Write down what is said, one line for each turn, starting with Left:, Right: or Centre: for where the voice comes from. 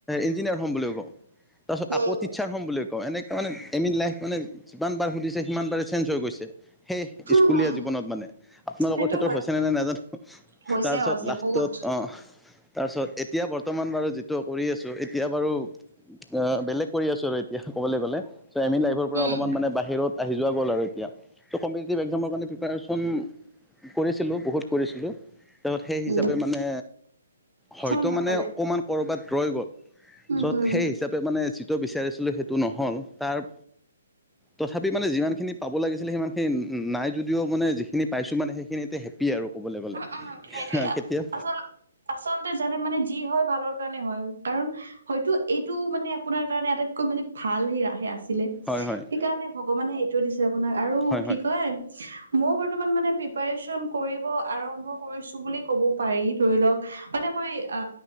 Centre: ইঞ্জিনিয়াৰ হ'ম বুলি কওঁ, তাৰপাছত
Right: উম
Centre: আকৌ টিচাৰ হ'ম বুলি কওঁ ক এনেকে মানে এম ইন লাইফ মানে যিমানবাৰ সুধিছে সিমান বাৰে চেঞ্জ হৈ গৈছে। সেই স্কুলীয়া
Right: উম হুম
Centre: জীৱনত মানে, আপোনালোকৰ
Right: সেইটো
Centre: ক্ষেত্ৰত
Right: হয়
Centre: হৈছেনে নাই নাজানো।
Right: হৈছে
Centre: তাৰপিছত
Right: হৈছে
Centre: লাষ্টত,
Right: বহুত
Centre: অ'। তাৰপিছত এতিয়া বৰ্তমান বাৰু যিটো কৰি আছোঁ, এতিয়া বাৰু অ' বেলেগ কৰি আছোঁ এতিয়া ক'বলৈ গ'লে, চ' ইন লাইফৰপৰা
Right: উম
Centre: অলপমান মানে বাহিৰত আহি যোৱা গ'ল আৰু এতিয়া, চ' কমপেটিটিভ এক্সামৰ বাবে প্ৰিপাৰেচন কৰিছিলোঁ বহুত কৰিছিলোঁ। তাৰপিছত সেই হিচাপে
Right: উম
Centre: মানে হয়তো
Right: ফল নাপালে
Centre: মানে অকমান ক'ৰবাত ৰৈ গ'ল।
Right: উম
Centre: ছত
Right: হম
Centre: সেই হিচাপে মানে যিটো বিচাৰিছিলোঁ সেইটো নহ'ল তাৰ তথাপি মানে যিমানখিনি পাব লাগিছিলে সিমানখিনি নাই যদিও মানে যিখিনি পাইছোঁ মানে সেইখিনিতে হেপ্পী আৰু ক'বলৈ গ'লে।
Right: উম উম সেইটোৱে
Centre: কেতিয়া
Right: আচল আচলতে জানে মানে যি হয় ভালৰ কাৰণে হয় কাৰণ হয়তো এইটো মানে আপোনাৰ কাৰণে আটাইতকৈ মানে ভাল হেই আছিলে,
Centre: হয় হয়
Right: সেইকাৰণে ভগৱানে এইটো দিছে আপোনাক আৰু
Centre: হয়
Right: কি
Centre: হয় হয়
Right: কয়, মই বৰ্তমান মানে প্ৰিপাৰেচন কৰি আৰম্ভ কৰিছোঁ বুলি ক'ব পাৰি ধৰি লওক, মানে মই আ,